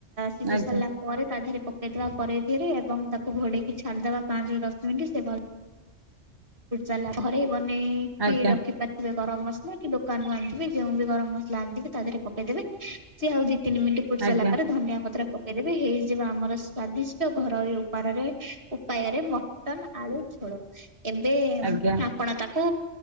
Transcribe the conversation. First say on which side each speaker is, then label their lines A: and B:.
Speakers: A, on the right; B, on the right.
A: ସିଝେଇ
B: ଆଜ୍ଞା
A: ସାରିଲା ପରେ ତା ଧିରେ ପକେଇଦବା ପରେ ଧରେ ଏବଂ ତାକୁ ଘୋଡେଇକି ଛାଡିଦବା ପାଞ୍ଚ ରରୁ ଦଶ ମିନିଟ୍ ସେ ଭଲ ସେଲା ଘରେ ବନେଇକି
B: ଆଜ୍ଞା
A: ରଖି ଥିବେ ଗରମ ମସଲା କି ଦୋକାନୁ ଆଣିଥିବେ ଯେଉଁ ବି ଗରମ ମସଲା ଆଣିଥିବେ ତା ଦେହରେ ପକେଇଦବେ ସି ଆଉ ଦି ତିନି ମିନିଟ ଫୁଟ
B: ଆଜ୍ଞା
A: ସାରିଲା ପରେ ଧନିଆ ପତ୍ର ପକେଇଦେବେି ହେଇଯିବ ଆମର ସ୍ଵାଦିଷ୍ଟ ଘରୋଇ ଉପାରରେ ଉପାୟରେ ମଟନ୍ ଆଳୁ ଝୋଳ ଏବେ
B: ଆଜ୍ଞା
A: ଆପଣ ତାକୁ